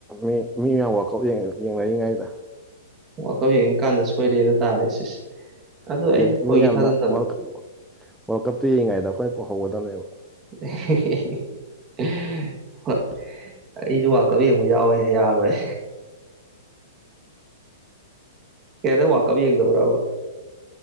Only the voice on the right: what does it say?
ꯋꯥꯀꯜ ꯌꯦꯡꯉꯀꯥꯟꯗ ꯁꯣꯏꯔꯦꯗ ꯇꯥꯔꯦ ꯁꯤꯁꯦ ꯑꯗꯨ
ꯑꯩꯗꯤ ꯊꯣꯏꯒꯤ
ꯊꯥꯖꯟꯗꯕꯅꯤ
<unintelligible> ꯑꯩꯁꯨ ꯋꯥꯀꯞ ꯌꯦꯡꯕ ꯌꯥꯎꯋꯤ ꯌꯥꯔꯣꯏ ꯕ꯭ꯗꯔ ꯋꯥꯜꯀꯞ ꯌꯦꯡꯗꯕ꯭ꯔꯕ